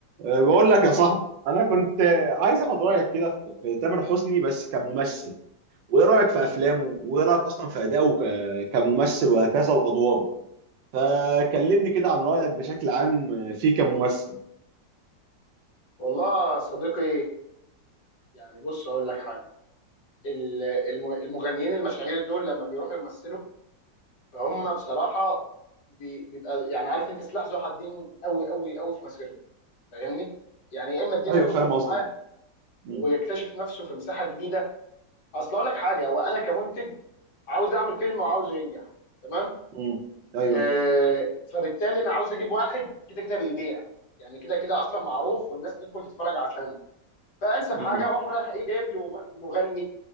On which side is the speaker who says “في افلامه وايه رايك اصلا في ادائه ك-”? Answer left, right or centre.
Right